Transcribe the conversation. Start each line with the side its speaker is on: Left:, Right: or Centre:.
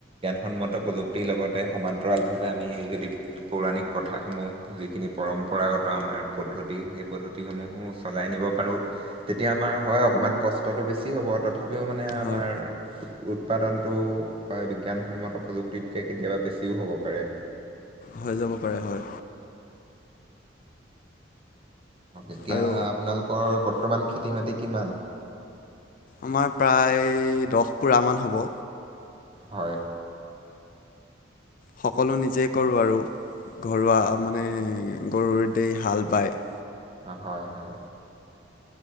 Right: সন্মত প্ৰযুক্তিৰ লগতে সমান্তৰালভাৱে আমি যদি পৌৰাণিক প্ৰথাসমূহ যিখিনি পৰম্পৰাগত আমাৰ পদ্ধতি সেই পদ্ধতিসমূহো চলাই। পাৰো তেতিয়া আমাৰ হয় অকমান কষ্টটো বেছি হ'ব তথাপিও মানে আমাৰ
Left: হয়
Right: উৎপাদনটো হয় বিজ্ঞানসন্মত প্ৰযুক্তিতকে কেতিয়াবা বেছিও হ'ব পাৰে।
Left: হৈ যাব পাৰে হয়।
Right: এতিয়া
Left: আৰু
Right: আপোনালোকৰ বৰ্তমান খেতি বাটি কিমান
Left: আমাৰ প্ৰায় দহ পোৰা মান হব।
Right: হয়।
Left: সকলো নিজেই কৰোঁ আৰু। ঘৰুৱা মানে গৰুৰ দ হাল বায়।
Right: হয়, হয়।